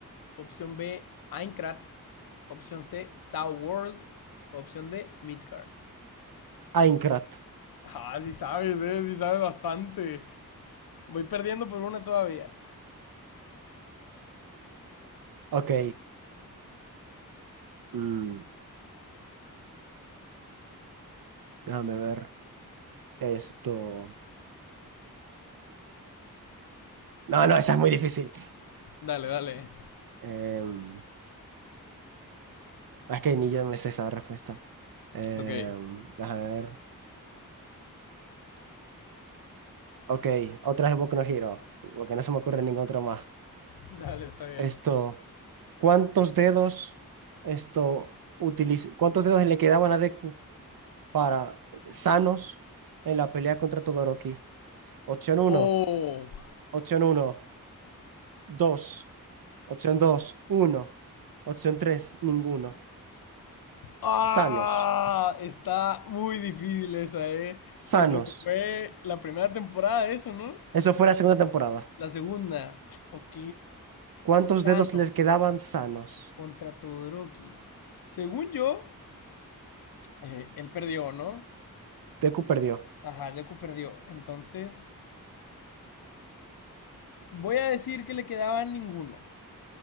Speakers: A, on the left; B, on the right.
A: Opción B, Aincrad. Opción C, SAO World. Opción D, Midgard.
B: Aincrad.
A: Ah, sí sabes, eh, sí sabes bastante. Voy perdiendo por una todavía.
B: Ok. Mm, déjame ver. Esto. No, no, esa es muy difícil.
A: Dale, dale.
B: Em, Es que ni yo me sé esa respuesta. Eh,
A: Ok.
B: a ver. Ok, otra es Boku no Hero, porque no se me ocurre ningún otro más.
A: Dale, está bien.
B: Esto, ¿cuántos dedos esto utiliz- cuántos dedos le quedaban a Deku para sanos en la pelea contra Todoroki? Opción uno,
A: Oh,
B: opción uno, 2, opción dos, uno, opción 3, ninguno.
A: Ah,
B: Sanos,
A: está muy difícil esa, ¿eh?
B: sanos.
A: Porque se fue la primera temporada de eso, ¿no?
B: Eso fue la segunda temporada.
A: La segunda. Ok.
B: ¿Cuántos
A: Thanos
B: dedos les quedaban sanos?
A: contra Todoroki. Según yo, eh, él perdió, ¿no?
B: Deku perdió.
A: Ajá, Deku perdió. Entonces, voy a decir que le quedaba ninguno.